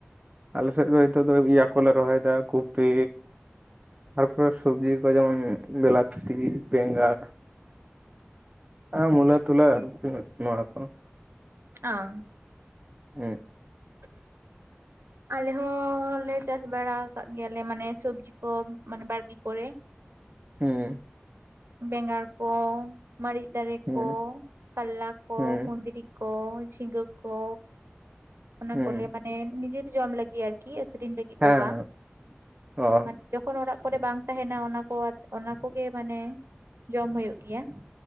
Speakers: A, on the right; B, on the right.
A: ᱟᱞᱮ ᱥᱮᱫ ᱫᱚ ᱤᱭᱟᱹ ᱠᱚᱞᱮ ᱨᱚᱦᱚᱭᱮᱫᱟ ᱠᱚᱯᱤ ᱛᱟᱨᱯᱚᱨᱮ ᱥᱚᱵᱽᱡᱤ ᱠᱚ ᱡᱮᱢᱚᱱ ᱵᱤᱞᱟᱛᱤ ᱵᱮᱸᱜᱟᱲ ᱦᱮᱸ ᱢᱩᱞᱟᱹ ᱛᱩᱞᱟ ᱟᱨᱠᱤ ᱱᱚᱣᱟ ᱠᱚ᱾
B: ᱚ
A: ᱦᱩᱸ
B: <unintelligible> ᱟᱞᱮ ᱦᱚᱸᱞᱮ ᱪᱟᱥ ᱵᱟᱲᱟ ᱟᱠᱟᱫ ᱜᱮᱭᱟᱞᱮ ᱢᱟᱱᱮ ᱥᱚᱵᱽᱡᱤ ᱠᱚ ᱢᱟᱱᱮ ᱵᱟᱲᱜᱮ ᱠᱚᱨᱮ᱾
A: ᱦᱩᱸ
B: ᱵᱮᱸᱜᱟᱲ ᱠᱚ ᱢᱟᱹᱨᱤᱪ ᱫᱟᱨᱮ
A: ᱦᱩᱸ
B: ᱠᱚ ᱠᱟᱞᱞᱟ ᱠᱚ
A: ᱦᱩᱸ
B: ᱠᱩᱸᱫᱽᱨᱤ ᱠᱚ ᱡᱷᱤᱸᱜᱟᱹ ᱠᱚ᱾ ᱚᱱᱟ
A: ᱦᱩᱸ
B: ᱠᱚᱞᱮ ᱢᱟᱱᱮ ᱱᱤᱡᱮᱛᱮ ᱡᱚᱢ ᱞᱟᱹᱜᱤᱫ ᱟᱨᱠᱤ ᱟᱹᱠᱷᱨᱤᱧ ᱞᱟᱹᱜᱤᱫ
A: ᱦᱮᱸ
B: ᱫᱚ ᱵᱟᱝ
A: ᱚ
B: ᱢᱟᱱᱮ ᱡᱚᱠᱷᱚᱱ ᱚᱲᱟᱜ ᱠᱚᱨᱮ ᱵᱟᱝ ᱛᱟᱦᱮᱱᱟ ᱚᱱᱟ ᱠᱚ ᱚᱱᱟ ᱠᱚᱜᱮ ᱢᱟᱱᱮ ᱡᱚᱢ ᱦᱩᱭᱩᱜ ᱜᱮᱭᱟ᱾